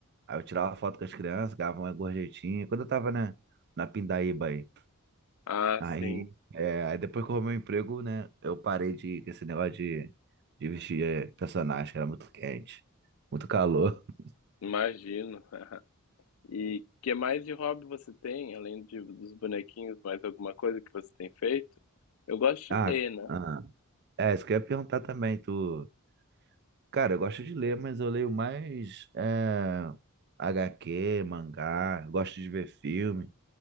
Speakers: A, on the right (about 50°); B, on the left (about 70°).
A: Aí eu tirava foto com as crianças, ganhava uma gorjetinha. Quando eu tava, né, na Pindaíba aí.
B: Ah,
A: Aí,
B: sim,
A: é, aí depois que eu arrumei o emprego, né, eu parei de, com esse negócio de, de vestir é, personagem, que era muito quente, muito calor. <laughs>
B: imagino. <laughs> E que mais de hobby você tem, além de, dos bonequinhos, mais alguma coisa que você tem feito? Eu gosto
A: Ah,
B: de ler, né?
A: ah, é, isso que eu ia perguntar também, tu... Cara, eu gosto de ler, mas eu leio mais é, HQ, mangá, gosto de ver filme,